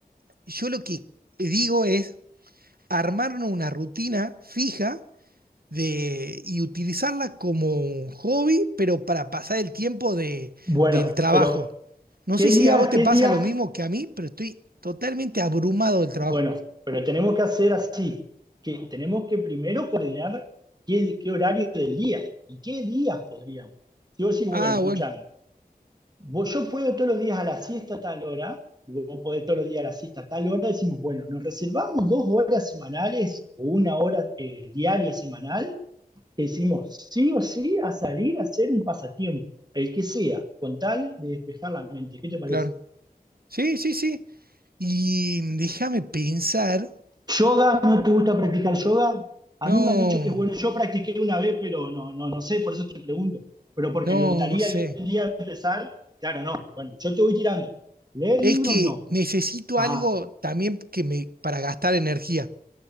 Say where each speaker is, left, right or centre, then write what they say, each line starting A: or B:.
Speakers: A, on the right (about 75°); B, on the right (about 25°).
A: yo lo que digo es armarnos una rutina fija de, y utilizarla como un hobby, pero para pasar el tiempo de,
B: Bueno,
A: del trabajo.
B: pero
A: No
B: ¿qué
A: sé
B: día?
A: si a vos te
B: ¿Qué
A: pasa
B: día?
A: lo mismo que a mí, pero estoy totalmente abrumado del
B: Bueno,
A: trabajo.
B: pero tenemos que hacer así, que tenemos que primero coordinar qué, qué horario del día y qué días podríamos. Si vos decís,
A: Ah,
B: bueno, escuchame,
A: bueno,
B: vos, yo puedo todos los días a la siesta a tal hora, y vos podés todos los días a la siesta a tal hora, decimos, bueno, nos reservamos dos horas semanales o una hora eh, diaria semanal, que decimos sí o sí a salir a hacer un pasatiempo, el que sea, con tal de despejar la mente. ¿Qué te parece?
A: claro. Sí, sí, sí. Y déjame pensar.
B: ¿Yoga? ¿No te gusta practicar yoga? A
A: No,
B: mí me han dicho que es bueno, yo practiqué una vez, pero no, no, no sé, por eso te pregunto. Pero porque
A: no,
B: me gustaría
A: no sé.
B: algún día empezar, claro, no. Bueno, yo te voy tirando. Leer
A: Es
B: libros
A: que
B: no.
A: necesito
B: Ajá,
A: algo también que me, para gastar energía.